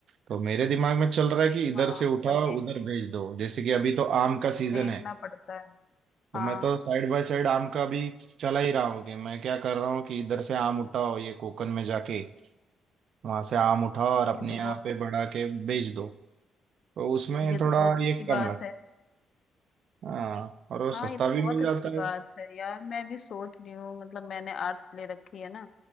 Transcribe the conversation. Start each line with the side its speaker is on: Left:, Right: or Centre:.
Right: तो मेरे दिमाग में चल रहा है कि इधर
Left: हाँ
Right: से उठाओ
Left: मतलब
Right: उधर भेज दो जैसे कि अभी तो आम का सीजन
Left: देखना
Right: है
Left: पड़ता है
Right: तो
Left: हाँ
Right: मैं तो साइड बाय साइड आम का भी चला ही रहा हूँ कि मैं क्या कर रहा हूँ कि इधर से आम उठाओ ये कोकन में जाके वहां से आम उठाओ और अपने
Left: ये तो
Right: यहाँ
Left: बहुत
Right: पे बढ़ा के बेच दो तो उसमें
Left: ये तो
Right: थोड़ा
Left: बहुत अच्छी
Right: ये कम
Left: बात
Right: लगता
Left: है
Right: है। हाँ और वो
Left: हाँ
Right: सस्ता
Left: ये तो
Right: भी
Left: बहुत
Right: मिल जाता
Left: अच्छी बात
Right: है
Left: है यार मैं भी सोच रही हूँ मतलब मैंने आर्ट्स ले रखी है ना